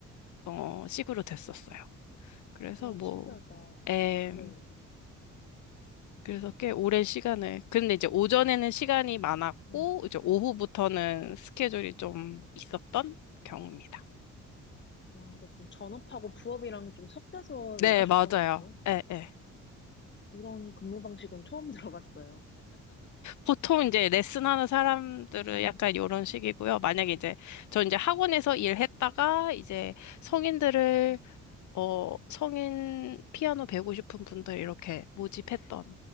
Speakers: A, on the left; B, on the left.
A: 어, 식으로 됐었어요. 그래서
B: 와,
A: 뭐,
B: 신기하다.
A: 에,
B: 네.
A: 그래서 꽤 오랜 시간을. 근데 이제 오전에는 시간이 많았고,
B: 음.
A: 이제 오후부터는 스케줄이 좀 있었던 경우입니다.
B: 아 네. 그럼 전업하고 부업이랑 좀 섞여서
A: 네,
B: 일하셨던
A: 맞아요.
B: 거네.
A: 예, 예.
B: 이런 근무 방식은 처음 들어봤어요.
A: 보통 이제 레슨하는 사람들은
B: 음.
A: 약간 이런 식이고요. 만약에 이제, 저 이제 학원에서 일했다가 이제 성인들을, 어, 성인 피아노 배우고 싶은 분들 이렇게 모집했던